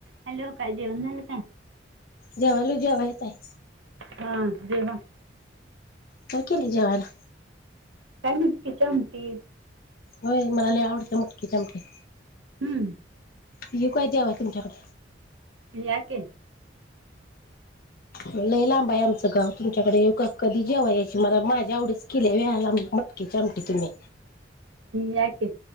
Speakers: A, on the right (about 80°); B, on the left (about 50°).
A: Hello काय जेवण झालं का?
B: जेवलोय. जेवायचं आहेे.
A: हां जेवा.
B: काय केलंय जेवायला?
A: काय मटकी ची आमटी.
B: होय मला लई आवडतंय मटकीची आमटी.
A: हम्म.
B: येऊ काय जेवाय तुमच्याकड?
A: या की.
B: लई लांब आहे आमचं गाव तुमच्याकडे येऊ का? कधी जेवाय यायची मला माझ्या आवडीचं केलंय वय मटकीची आमटी तुम्ही?
A: या की